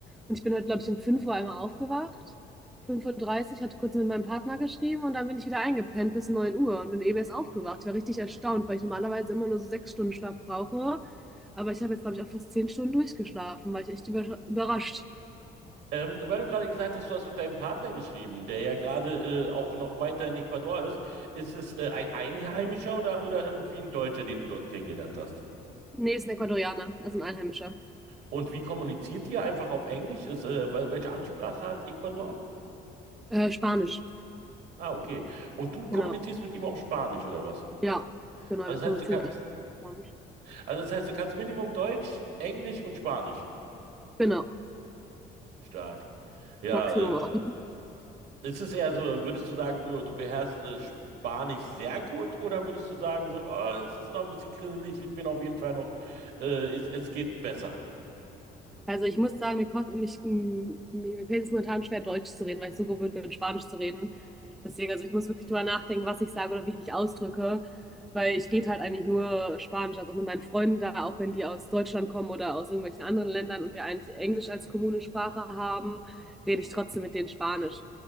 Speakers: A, in the centre; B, on the right (about 80°).
A: Und ich bin heute, glaube ich, um fünf Uhr einmal aufgewacht. fünf Uhr, dreißig. hatte kurz mit meinem Partner geschrieben und dann bin ich wieder eingepennt bis 9 Uhr und bin eben erst aufgewacht. Ich war richtig erstaunt, weil ich normalerweise immer nur so sechs Stunden Schlaf brauche. Aber ich habe jetzt, glaube ich, auch fast zehn Stunden durchgeschlafen. War ich echt über überrascht.
B: Ähm, weil du gerade gesagt hast, du hast mit deinem Partner geschrieben, der ja gerade äh, auch noch weiter in Ecuador ist. Ist es äh, ein Einheimischer oder, oder irgendwie ein Deutscher, den du dort kennengelernt hast?
A: Nee, ist ein Ecuadorianer, also ein Einheimischer.
B: Und wie kommuniziert ihr? Einfach auf Englisch? Ist, äh, wel- welche Amtssprache hat Ecuador?
A: Äh, Spanisch,
B: Ah, okay. Und du kommunizierst
A: genau.
B: mit ihm auf Spanisch oder was?
A: Ja, genau,
B: Also
A: wir
B: das
A: kommunizieren
B: heißt, du kannst,
A: alles über Spanisch.
B: also das heißt, du kannst Minimum Deutsch, Englisch und Spanisch.
A: Genau,
B: Stark. Ja,
A: Maximum
B: äh,
A: auch.
B: ist es eher so, würdest du sagen, du, du beherrschst äh, Spanisch sehr gut oder würdest du sagen, so, oh, es ist noch ein bisschen grisselig, ich bin auf jeden Fall noch, äh, es, es geht besser.
A: Also ich muss sagen, mir, kost, mich, m- mir, mir fällt es momentan schwer, Deutsch zu reden, weil ich so gewöhnt bin, Spanisch zu reden. Deswegen, also ich muss wirklich drüber nachdenken, was ich sage oder wie ich mich ausdrücke, weil ich rede halt eigentlich nur Spanisch. Also auch mit meinen Freunden da, auch wenn die aus Deutschland kommen oder aus irgendwelchen anderen Ländern und wir eigentlich Englisch als kommune Sprache haben, rede ich trotzdem mit denen Spanisch.